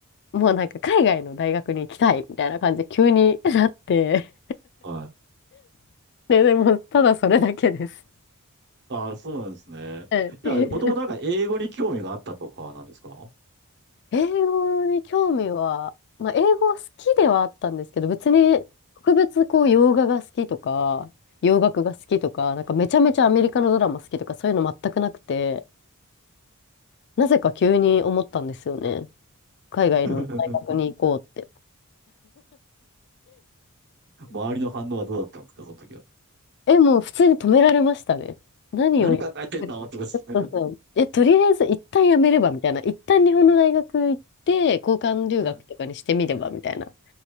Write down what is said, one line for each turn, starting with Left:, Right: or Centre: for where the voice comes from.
Left: もうなんか海外の大学に行きたいみたいな感じで急になって、
Right: はい。
Left: <laughs> で、でもただそれだけです。
Right: ああ、そうなんですね。
Left: はい <laughs>
Right: じゃあ、もともとなんか英語に興味があったとかなんですか
Left: 英語に興味は、まあ英語は好きではあったんですけど、別に特別こう洋画が好きとか、洋楽が好きとか、なんかめちゃめちゃアメリカのドラマ好きとかそういうの全くなくて、なぜか急に思ったんですよね。海外の大学に行こうって。
Right: <laughs> 周りの反応はどうだったんですか、その時は。
Left: え、もう普通に止められましたね。何を言ってる。
Right: 何考えてんのってことですね。
Left: そうそう。え、とりあえず一旦やめればみたいな。一旦日本の大学行って、交換留学とかにしてみればみたいな
Right: <laughs> はい。